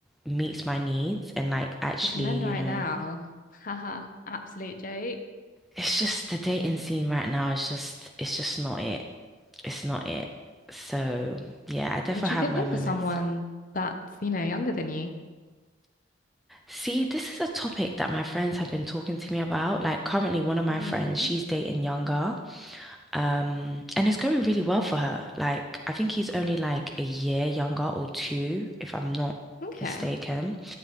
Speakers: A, in the centre; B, on the left.
A: meets my needs and like actually,
B: Because men
A: you
B: right
A: know,
B: now, haha, absolute joke.
A: it's just the dating scene right now is just, it's just not it. It's not it. So yeah, I definitely
B: Would you
A: have
B: go
A: my moments.
B: for someone that's, you know, younger than you?
A: See, this is a topic that my friends have been talking to me about. Like currently one of my
B: hmm
A: friends, she's dating younger. Um, and it's going really well for her. Like I think he's only like a year younger or two, if I'm not
B: Okay.
A: mistaken.